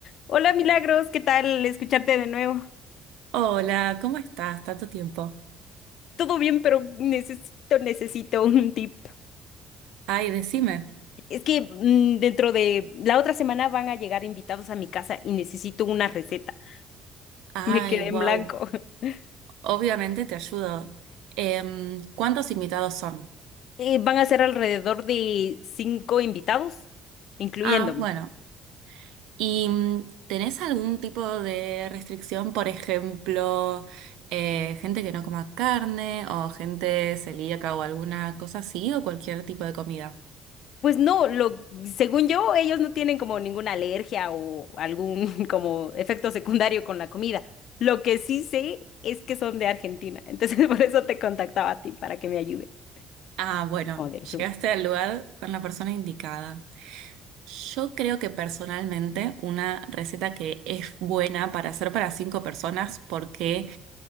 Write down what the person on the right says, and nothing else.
Hola, ¿cómo estás? Tanto tiempo.
Ay, decime.
Ay,
wow.
Obviamente te ayudo. Em, ¿cuántos invitados son?
Ah, bueno. ¿Y mm, tenés algún tipo de restricción? Por ejemplo, eh, gente que no coma carne o gente celíaca o alguna cosa así o cualquier tipo de comida.
Ah, bueno,
llegaste al lugar con la persona indicada. Yo creo que personalmente una receta que es buena para hacer para cinco personas porque